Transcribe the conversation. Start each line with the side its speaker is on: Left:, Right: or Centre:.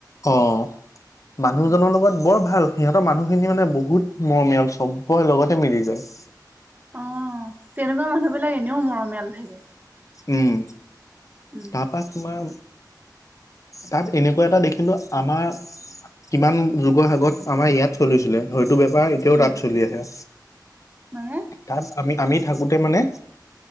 Left: অ ', মানুহজনৰ
Right: উম।
Left: লগত বৰ ভাল। সিহঁতৰ মানুহখিনি মানে বহুত, মৰমীয়াল চবৰে লগতে মিলি যায়।
Right: অ', তেনেকুৱা মানুহ বিলাক এনেও মৰমীয়াল থাকে।
Left: উম,
Right: উম,
Left: তাৰপা তোমাৰ তাত এনেকুৱা এটা দেখিলো আমাৰ কিমান যুগৰ আগত আমাৰ ইয়াত চলিছিলে, সেতো বেপাৰ এতিয়াও
Right: উম,
Left: তাত চলি আছে।
Right: মানে?
Left: তাত আমি, আমি থাকোঁতে মানে